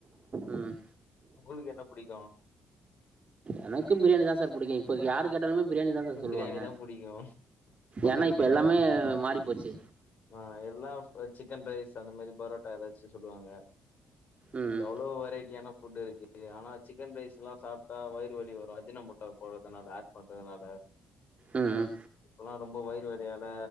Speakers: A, on the right; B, on the left.
A: ம்
B: உங்களுக்கு என்ன புடிக்கு
A: எனக்கு பிரியாணிதா சார் புடிக்கு இப்ப யாரு கேட்டாலுமே பிரியாணிதாங்க சொல்லுவாங்க
B: பிரியாணி தா புடிக்கு ஒருத்தவங்க
A: ஏன்னா இப்ப
B: கேட்டா
A: எல்லாமே மாறிப்போச்சு
B: ஆ எல்லா சிக்கன் ரைஸ் அந்த மாரி பரோட்டா ஏதாச்சு சொல்லுவாங்க
A: ம்
B: எவ்ளோ வெரைட்டியான ஃபுட் இருக்கு ஆனா சிக்கன் ரைஸ்ல்லா சாப்ட்டா வயர் மூட்டு வலி வரு அஜினோமோட்டோ போட்றதுனால ஆட் பண்றதுனால
A: ம் ம்
B: இப்பெல்லா ரொம்ப வயிறு வலியால